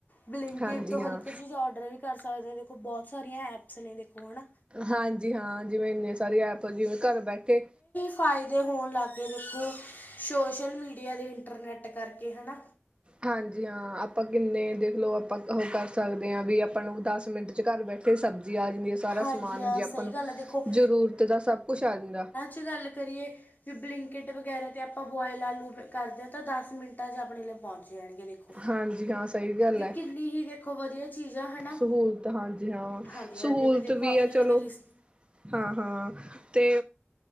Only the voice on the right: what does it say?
ਹਾਂਜੀ
ਹਾਂ
ਹਾਂਜੀ, ਹਾਂ ਜਿਵੇਂ ਇੰਨੇ ਸਾਰੇ ਐਪ, ਜਿਵੇਂ ਘਰ ਬੈਠੇ-
ਹਾਂਜੀ, ਹਾਂ ਆਪਾਂ ਕਿੰਨੇ ਦੇਖ ਲਓ, ਆਪਾਂ ਓ ਕਰ ਸਕਦੇ ਆਂ ਵੀ, ਆਪਾਂ ਨੂੰ ਦਸ ਮਿੰਟ ਚ ਘਰ ਬੈਠੇ ਤੇ ਸਬਜ਼ੀ ਆ ਜਾਂਦੀ ਏ, ਸਾਰਾ
ਸਮਾਨ
ਜੇ
ਆਪਾਂ ਨੂੰ
ਜ਼ਰੂਰਤ ਦਾ ਸਭ ਕੁਛ ਆ ਜਾਂਦਾ।
ਹਾਂਜੀ ਹਾਂ ਸਹੀ ਗੱਲ
ਹੈ
ਸਹੂਲਤ ਹਾਂਜੀ ਹਾਂ
ਸਹੂਲਤ
ਵੀ
ਹੈ ਚਲੋ
ਹਾਂ, ਹਾਂ ਤੇ